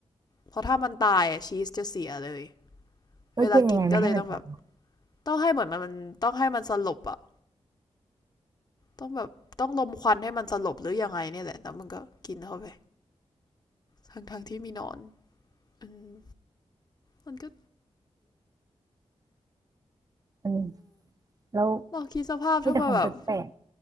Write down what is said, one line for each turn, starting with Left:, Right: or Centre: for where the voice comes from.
Left: เพราะถ้ามันตายอะชีสจะเสียเลย
Right: แล้วกินยังไงไม่ให้มันตาย
Left: เวลากินก็เลยต้องแบบต้องให้เหมือนมันต้องให้มันสลบอะ ต้องแบบต้องลมควันให้มันสลบหรือยังไงเนี่ยแหละแล้วมันก็กินเข้าไปทั้งทั้งที่มีหนอนอืมมันก็
Right: มันแล้ว
Left: ลองคิดสภาพถ้ามันแบบ
Right: มีแต่ของแปลก